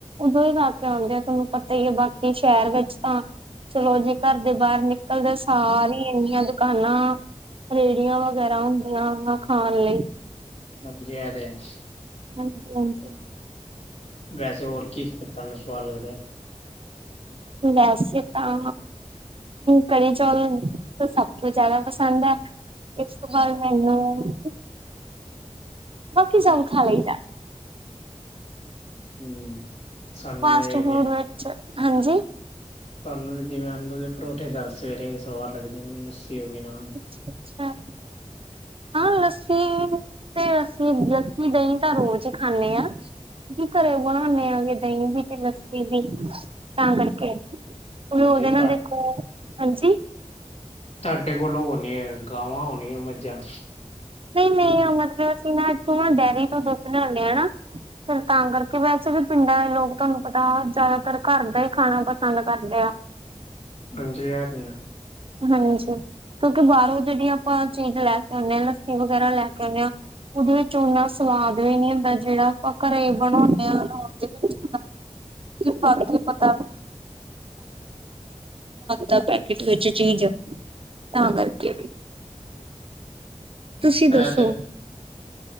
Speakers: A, on the right (about 50°); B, on the left (about 55°).
A: ਉਦੋਂ ਹੀ ਲਾ ਕੇ ਆਉਂਦੇ ਆ ਤੁਹਨੂੰ ਪਤਾ। ਹੀ ਬਾਕੀ ਸ਼ਹਿਰ ਵਿੱਚ ਤਾਂ। ਚਲੋ ਜੀ ਘਰ ਦੇ ਬਾਹਰ ਨਿਕਲਦੇ ਸਾਰੀ ਇੰਨੀਆਂ ਦੁਕਾਨਾਂ। ਰੇੜੀਆਂ ਵਗੈਰਾ ਹੁੰਦੀਆਂ ਹਨ ਖਾਣ ਲਈ।
B: <unintelligible>
A: ਹਾਂਜੀ ਹਾਂਜੀ।
B: ਵੈਸੇ ਹੋਰ ਕੀ ਸਾਨੂੰ ਤੁਆਨੁ ਸਵਾਦ ਲੱਗਦੈ।
A: ਵੈਸੇ ਤਾਂ ਕੜੀ ਚੌਲ ਸਭ ਤੋਂ ਜਾਦਾ ਪਸੰਦ ਐ। ਇਸ ਤੋਂ ਬਾਦ ਮੈਨੂੰ ਬਾਕੀ ਸਭ ਖਾ ਲਈਦੈ।
B: ਹੂੰ। ਸਾਨੂੰ
A: ਫਾਸਟ
B: ਇਹ ਜੇ
A: ਫੂਡ ਵਿੱਚ ਹਾਂਜੀ।
B: ਤਾਂਨੂੰ ਤੇ ਜਿਵੇਂ ਆਲੂ ਦੇ ਪਰੌਂਠੇ ਜਾਂ ਸਵੇਰੇ ਸਵਾਰ ਲੱਗਦੇ ਲੱਸੀ ਹੋਗੀ ਨਾ।
A: ਅੱਛਾ ਅੱਛਾ। ਹਾਂ ਲੱਸੀ ਤੇ ਲੱਸੀ ਲੱਸੀ ਦਹੀਂ ਤਾਂ ਰੋਜ਼ ਹੀ ਖਾਂਦੇ ਹਾਂ। ਕੀ ਘਰੇ ਬਣਾਉਦੇ ਆਂਗੇ ਦਹੀਂ ਵੀ ਤੇ ਲੱਸੀ ਵੀ ਤਾਂ ਕਰਕੇ। ਉਹਦੇ
B: ਹਾਂਜੀ ਤੁਹਾ
A: ਨਾ ਦੇਖੋ ਹਾਂਜੀ।
B: ਤੁਹਾਡੇ ਕੋਲ ਹੋਣੀ ਹੈ ਗਾਵਾਂ ਹੋਣੀਆਂ ਮੱਝਾਂ।
A: ਨਹੀਂ ਨਹੀਂ ਮਤਲਬ ਅਸੀਂ ਨਾ ਇੱਥੋਂ ਡੈਅਰੀ ਤੋਂ ਦੁੱਧ ਲੈਓਣੇ ਹਾਂ ਨਾ। ਫਿਰ ਤਾਂ ਕਰਕੇ ਵੈਸੇ ਵੀ ਪਿੰਡਾਂ ਦੇ ਲੋਕ ਤੁਹਾਨੂੰ ਪਤਾ ਜ਼ਿਆਦਾਤਰ ਘਰ ਦਾ ਹੀ ਖਾਣਾ ਪਸੰਦ ਕਰਦੇ ਆ।
B: ਹਾਂਜੀ ਐ ਤੇ ਹੈ।
A: ਹਾਂਜੀ ਕਿਉਂਕਿ ਬਾਹਰੋਂ ਜਿਹੜੀ ਆਪਾਂ ਚੀਜ਼ ਲੈ ਕੇ ਆਉਂਦੇ ਹਾਂ ਲੱਸੀ ਵਗੈਰਾ ਲੈ ਕੇ ਆਉਂਦੇ ਹਾਂ। ਉਹਦੇ ਵਿੱਚ ਓਨਾ ਸਵਾਦ ਵੀ ਨੀ ਹੁੰਦਾ ਜਿਹੜਾ ਆਪਾਂ ਘਰੇ ਬਣਾਉਦੇ ਆਾਂ ਉਹਦੇ ਵਿੱਚ। ਪਾ ਪਤਾ ਦਾ ਪੈਕੇਟ ਚੀਜ਼ ਤਾਂ ਕਰਕੇ ਤੁਸੀਂ ਦੱਸੋ।
B: ਇਹ ਤੇ